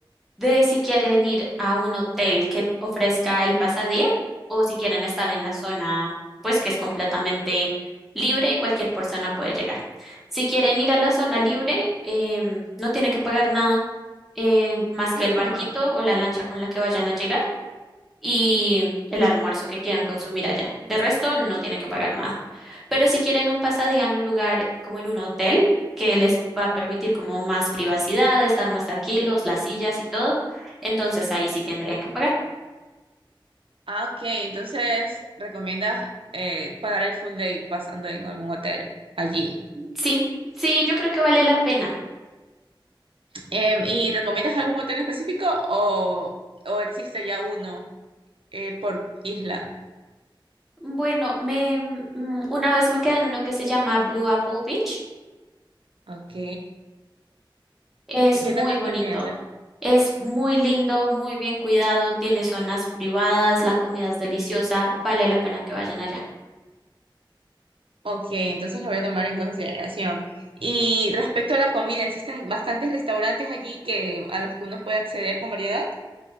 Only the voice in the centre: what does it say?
de si quieren ir a un hotel que ofrezca el pasadía o si quieren estar en la zona, pues que es completamente libre y cualquier persona puede llegar. Si quieren ir a la zona libre, em, no tienen que pagar nada eh, más que
el barquito
o la lancha con la que vayan a llegar y el almuerzo que quieran consumir allá. De resto, no tienen que pagar nada. Pero si quieren un pasadía en un lugar como en un hotel, que les va a permitir como más privacidad, estar más tranquilos, las sillas y todo, entonces ahí sí tendrían que pagar.
Sí, sí, yo creo que vale la pena.
Bueno, me mm, mm, una vez me quedé en uno que se llama Blue Apple Beach.
Es
muy
bonito. Es muy lindo, muy bien cuidado, tiene zonas privadas, la comida es deliciosa, vale la pena que vayan allá.